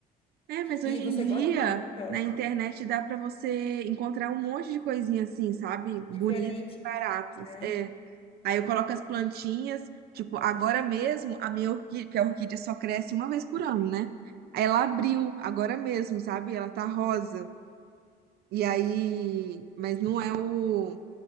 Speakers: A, on the right (about 70°); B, on the left (about 35°).
A: é, mas hoje
B: E você
A: em dia
B: gosta de planta?
A: na internet dá pra você encontrar um monte de coisinha assim, sabe? Bonita
B: Diferente,
A: e baratas.
B: né?
A: É, Aí eu coloco as plantinhas, tipo, agora mesmo a minha orquídea, porque a orquídea só cresce uma vez por ano, né? Aí ela abriu agora mesmo, sabe? Ela tá rosa. E aí, mas não é o